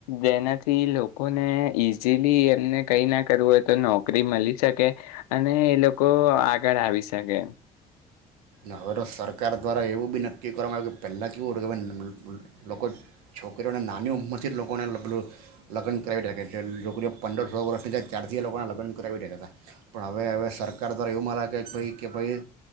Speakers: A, on the left; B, on the right.
A: જેનાથી લોકોને ઇઝીલી એમને કઈ ના કરવું હોય તો નોકરી મળી શકે અને એ લોકો આગળ આવી શકે.
B: હવે તો સરકાર દ્વારા એવું બી નક્કી કરવામાં આવ્યું કે પહેલાં કેવું હત કે ભ લોકો છોકરીઓને નાની ઉંમરથી જ લોકોને લગ્ન કરાવી રહ્યા છે છોકરીઓ પંદર સો વર્ષની જ ચ્યારથી લોકોને લગ્ન કરાવી રહ્યા હતા પણ હવે હવે સરકાર દ્વારા એવું મા લે ભાઈ કે ભાઈ